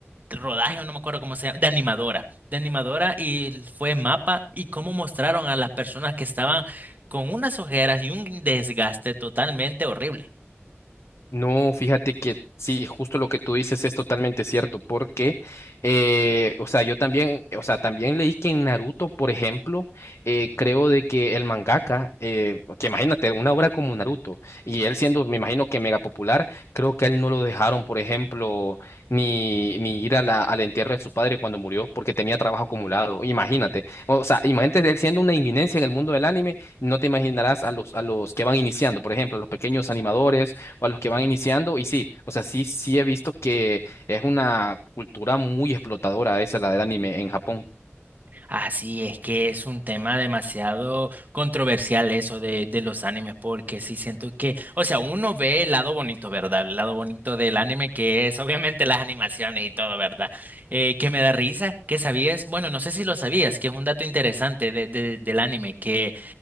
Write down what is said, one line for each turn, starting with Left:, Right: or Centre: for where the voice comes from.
Right: rodaje, o no me acuerdo cómo se llama, de animadora, de animadora y fue mapa y cómo mostraron a las personas que estaban con unas ojeras y un desgaste totalmente horrible.
Left: No, fíjate que sí, justo lo que tú dices es totalmente cierto, porque, eh, o sea, yo también, o sea, también leí que en Naruto, por ejemplo, eh, creo de que el mangaka, eh, que imagínate, una obra como Naruto, y él siendo, me imagino que mega popular, creo que a él no lo dejaron, por ejemplo, ni, ni ir a la, al entierro de su padre cuando murió, porque tenía trabajo acumulado, imagínate, o sea, imagínate él siendo una inminencia en el mundo del anime, no te imaginarás a los, a los que van iniciando, por ejemplo, a los pequeños animadores o a los que van iniciando. Y sí, o sea, sí, sí he visto que es una cultura muy explotadora esa, la del anime en Japón.
Right: Así es que es un tema demasiado controversial eso de, de los animes, porque sí siento que, o sea, uno ve el lado bonito, ¿verdad? El lado bonito del anime, que es obviamente las animaciones y todo, ¿verdad? Eh, que me da risa, que sabías, bueno, no sé si lo sabías, que es un dato interesante de- de- del anime, que